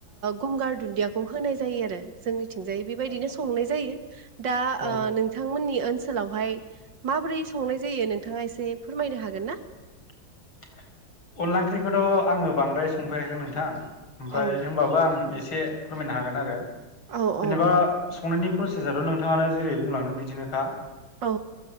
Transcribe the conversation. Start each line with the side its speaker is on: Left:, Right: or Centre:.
Right: गंगार दुन्दियाखौ होनाय जायो आरो जोंनिथिंजाय बेबायदिनो संनाय जायो दा
Left: औ
Right: नोंथांमोननि ओनसोलावहाय माबोरै संनाय जायो नोंथाङा एसे फोरमायनो हागोन ना
Left: <inaudible> अनला ओंख्रिखौथ' आङो बांद्राय संफेराखै नोंथां ओमफ्राय
Right: औ
Left: होमबाबो आं एसे फोरमायनो हागोन आरो
Right: औ
Left: जेनेबा
Right: औ
Left: संनायनि प्रसेसा थ' नोंथाङानो जेरै बुंलांनो बिदिनोखा
Right: औ